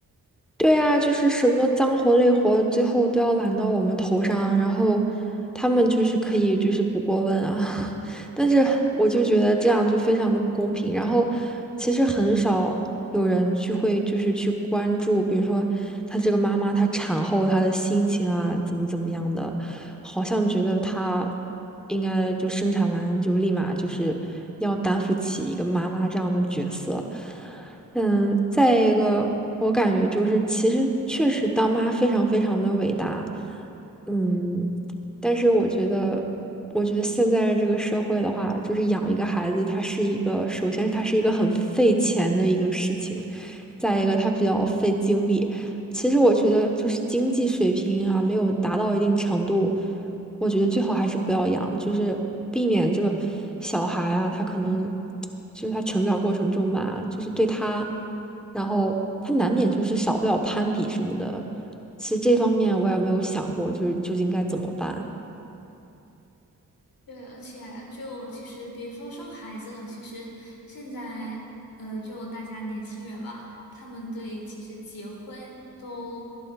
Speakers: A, in the centre; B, on the left (about 80°).
A: 对啊，就是什么脏活累活，最后都要揽到我们头上，然后他们就是可以就是不过问啊，<laughs> 但是我就觉得这样就非常的不公平。然后其实很少有人去会就是去关注，比如说她这个妈妈她产后她的心情啊，怎么怎么样的，好像觉得她应该就生产完就立马就是要担负起一个妈妈这样的角色。嗯，再一个，我感觉就是，其实确实当妈非常非常的伟大，嗯，但是我觉得，我觉得现在这个社会的话，就是养一个孩子，它是一个，首先它是一个很费钱的一个事情，再一个它比较费精力。其实我觉得，就是经济水平啊，没有达到一定程度。我觉得最好还是不要养，就是避免这个小孩啊，他可能就是他成长过程中吧，就是对他，然后他难免就是少不了攀比什么的。其实这方面我也没有想过，就是究竟该怎么办。
B: 对，而且就其实别说生孩子了，其实现在呃，就大家年轻人吧，他们对其实结婚都